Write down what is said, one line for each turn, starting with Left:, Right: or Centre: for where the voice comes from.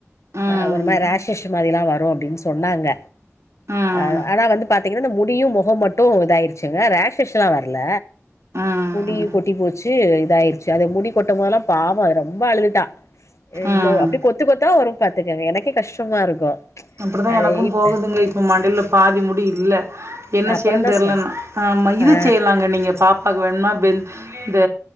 Right: ம்
Left: ஆ ஒரு மாரி ராஷஷ் மாரில்லா வரு அப்டின்னு சொன்னாங்க
Right: ம்
Left: ஆ ஆனா வந்து பாத்தீங் கன்னா இந்த முடியு மொக மட்டு இதாயிருச்சுங்க ரேஷஷ்லா வர்ல
Right: ம்
Left: முடியு கொட்டி போ ச்சு இதாயிருச்சு அத முடி கொட்டம் போதெல்லா பாவோ ரொம்ப அழுதுட்டா ஆ இ்வ்ளோ
Right: ம்
Left: அப்டி கொத் து கொத்தா வரும் பாத்துக்கங்க எனக்கே கஷ்டமா இருக்கு
Right: அப்டிதா
Left: அது
Right: எனக்கும்
Left: இப்
Right: போகுதுங்க இப்ப மண்டைல பாதி முடி இல்ல என்ன
Left: அப்பறந்தா
Right: செய்யன் தெர்ல
Left: சொ
Right: இன்று இது
Left: ஆ
Right: செய்யலாங்க நீங்க பாப் பாக்கு வேணுமா வெந் இந்த